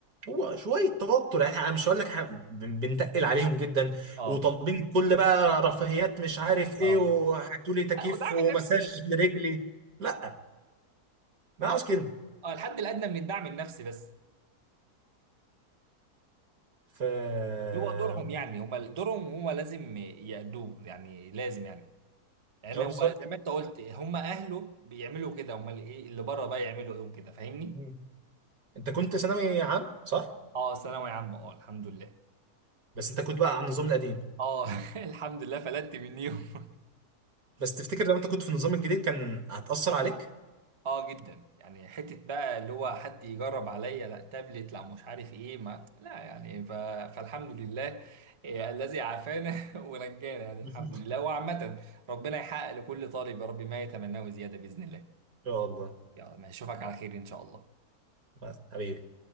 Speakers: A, on the right; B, on the right.
A: هو شوية توتر يعني انا مش هقول لك ح- بن- بنتقل عليهم جدا
B: اه
A: وطالبين كل بقى رفاهيات مش عارف
B: اه
A: ايه وهاتوا لي تكييف
B: لا ودعم
A: ومساج
B: نفسي بس
A: لرجلي لا ما
B: اه
A: عاوز كده
B: اه الحد الادنى من الدعم النفسي بس
A: ف اه
B: اللي هو دورهم يعني هم دورهم هم لازم يأدوه يعني لازم يعني لان
A: بالظبط
B: هو زي ما انت قلت هم اهله بيعملوا كده امال ايه اللي بره بقى يعملوا ايه وكده فاهمني
A: مم. انت كنت ثانوي عام صح؟
B: اه ثانوي عام اه الحمد لله
A: بس انت كنت بقى على النظام القديم
B: اه <laughs> الحمد لله فلتت منيهم <laughs>
A: بس تفتكر لو انت كنت في النظام الجديد كان هتأثر عليك؟
B: اه جدا يعني حته بقى اللي هو حد يجرب عليا لا تابلت لا مش عارف ايه ما لا يعني ف... فالحمد لله إيه الذي عافانا <laughs> ونجانا يعني الحمد
A: <laughs>
B: لله وعامة ربنا يحقق لكل طالب يا رب ما يتمناه زيادة بإذن الله
A: ان شاء الله
B: يلا ما اشوفك على خير إن شاء الله
A: بس حبيبي